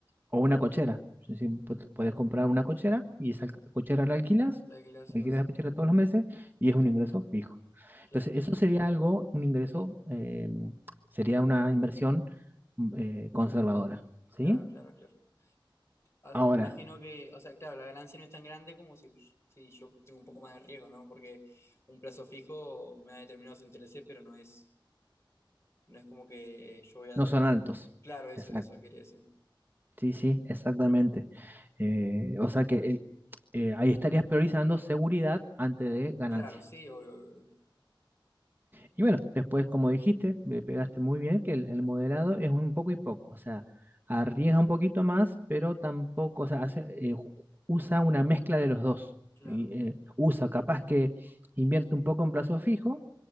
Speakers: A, on the right; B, on the left.
A: O una cochera. Es decir, pu- puedes comprar una cochera y esa cochera la alquilas,
B: La de Glacios,
A: alquilas la cochera todos los meses y es un ingreso
B: Claro,
A: fijo.
B: claro,
A: Entonces, eso sería algo, un ingreso, eh, sería una inversión mm, eh, conservadora, ¿sí?
B: claro, claro, claro. Ah,
A: Ahora,
B: Imagino que, o sea, claro, la ganancia no es tan grande como si, si yo tengo un poco más de riesgo, ¿no? Porque un plazo fijo me da determinados intereses, pero no es, no es como que yo voy a...
A: no son altos.
B: Claro, eso,
A: Exacto.
B: eso quería decir.
A: Sí, sí, exactamente. Eh, o sea que eh, eh, ahí estarías priorizando seguridad antes de ganancia.
B: Claro, sí, obvio, obvio,
A: Y bueno, después, como dijiste, le pegaste muy bien que el, el moderado es un poco y poco, o sea, arriesga un poquito más, pero tampoco, o sea, hace, eh, ju- usa una mezcla de los dos.
B: Claro,
A: Y, eh, usa, capaz que invierte un poco en plazo fijo,